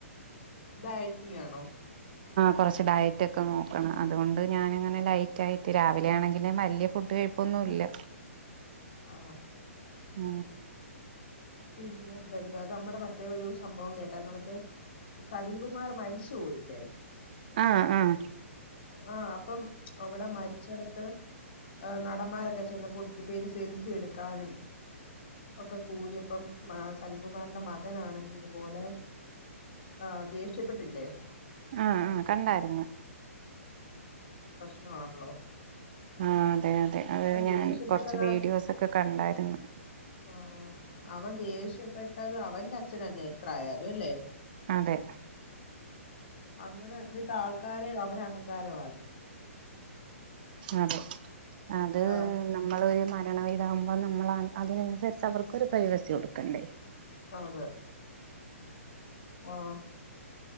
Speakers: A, on the left; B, on the right.
A: ഡയറ്റിങ്ങാനോ?
B: കുറച്ച് ഡയറ്റ് ഒക്കെ നോക്കണം അതുകൊണ്ട് ഞാനങ്ങനെ ലൈറ്റ് ആയിട്ട് രാവിലെ ആണെങ്കിൽ വലിയ ഫുഡ് കഴിപ്പൊന്നും ഇല്ല
A: ആ
B: അ
A: പിന്നെ എന്താ നമ്മടെ മറ്റേ ഒരു സംഭവം കേട്ടാരുന്നോ മറ്റേ സലീംകുമാർ മരിച്ചു പോയില്ലേ
B: ആഹ് ആഹ്
A: ആ അപ്പം അവിടെ മരിച്ചട ത്ത് നടന്മാരൊക്കെ ചെന്നപ്പോ ഒത്തിരി പേര് സെൽഫി എട്ക്കാനും ഒക്കെ കൂടിയ പ്പം സലിംകുമാറിന്റെ മകനാണെങ്കി ഇതുപോലെ ആ ദേഷ്യപ്പെട്ടില്ലേ
B: ആ ആ കണ്ടാര്ന്ന്
A: <unintelligible> ല്ലോ
B: ആഹ് അതെ അതെ അഹ് ഞാൻ
A: ദേഷ്യപ്പെട്ടത്
B: കൊറച്ച് വീഡിയോസൊക്കെ കണ്ടാര്ന്നു
A: ആ, അവൻ ദേഷ്യപ്പെട്ടത് അവന്റെ അച്ഛനല്ലേ എത്രായാലും അല്ലേ
B: അതെ
A: അങ്ങനെ എന്നിട്ട് ആൾക്കാര് അവന് അഹങ്കാരവാന്ന്
B: അതെ അത്
A: ആ
B: നമ്മളൊരു മരണവീടാകുമ്പോ നമ്മൾ അതിനനുസരിച്ച് അവർക്കൊരു പ്രൈവസി കൊടുക്കണ്ടേ
A: അതെ ആഹ്